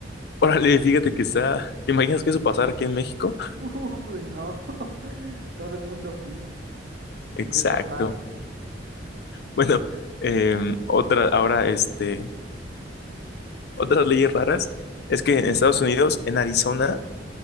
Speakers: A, on the left; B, on the right.
A: Órale, fíjate que está. ¿Te imaginas que eso pasara aquí en México?
B: Uy, no. <laughs> Todo el mundo fit
A: Exacto.
B: en vez de fat.
A: Bueno, em, otra, ahora, este, otras leyes raras es que
B: ¿Mm?
A: en Estados Unidos, en Arizona,